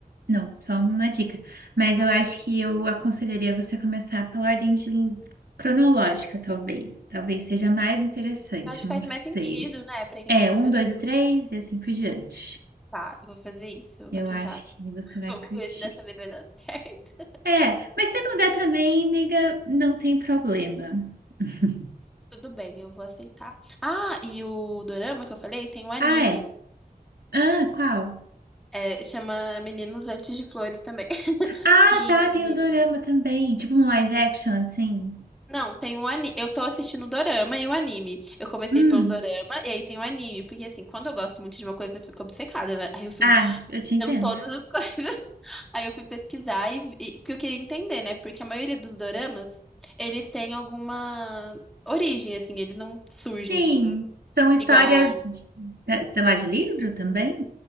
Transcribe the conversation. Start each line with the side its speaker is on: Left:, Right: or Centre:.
Right: Não, só uma dica. Mas eu acho que eu aconselharia você começar pela ordem de cronológica, talvez. Talvez seja mais interessante,
Centre: acho que
Right: não
Centre: faz mais
Right: sei.
Centre: sentido, né, pra quem
Right: É,
Centre: tá começando.
Right: um, dois e três, e assim por diante.
Centre: Tá, eu vou fazer isso, eu
Right: Eu
Centre: vou tentar.
Right: acho que você vai
Centre: Vamos
Right: curtir.
Centre: ver se dessa vez vai dar <laughs> certo.
Right: É, mas se não der também, amiga, não tem problema. <laughs>
Centre: Tudo bem, eu vou aceitar. Ah, e o dorama que eu falei tem um anime,
Right: Ah, é? Ah, qual?
Centre: é, chama Meninos Antes de Flores também. <laughs>
Right: Ah,
Centre: E
Right: tá, tem o dorama também. Tipo um live action, assim.
Centre: não, tem um anime. Eu tô assistindo o dorama e o anime. Eu comecei
Right: Hum.
Centre: pelo dorama e aí tem o anime, porque assim, quando eu gosto muito de uma coisa, eu fico obcecada, né? Aí eu fico
Right: Ah, eu te entendo.
Centre: vendo todas as <laughs> coisas. Aí eu fui pesquisar e, e que eu queria entender, né? Porque a maioria dos doramas, eles têm alguma origem, assim, eles não
Right: Sim,
Centre: surgem assim.
Right: são histórias,
Centre: Igual
Right: de- eh, sei lá, de livro também?